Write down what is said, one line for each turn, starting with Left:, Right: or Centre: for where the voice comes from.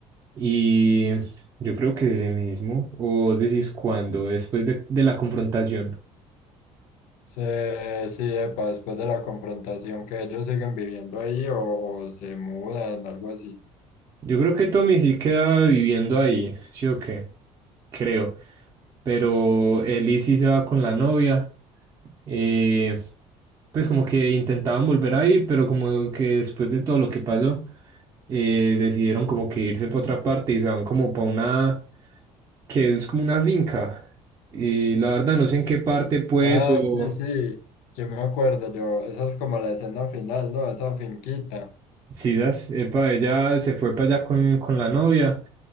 Right: Y yo creo que ese mismo, o decís cuando, después de, de la confrontación.
Left: Sí, sí, epa, después de la confrontación que ellos siguen viviendo ahí o, o se mudan, algo así.
Right: Yo creo que Tommy sí queda viviendo ahí, ¿sí o qué? Creo. Pero Ellie sí se va con la novia. Eh, pues como que intentaban volver ahí, pero como que después de todo lo que pasó, eh, decidieron como que irse para otra parte y se van como para una, que es como una finca. Y la verdad no sé en qué parte pues
Left: Ah,
Right: o...
Left: sí, sí, yo me acuerdo, yo, esa es como la escena final, ¿no? Esa finquita.
Right: Sisas, epa, ella se fue para allá con, con la novia.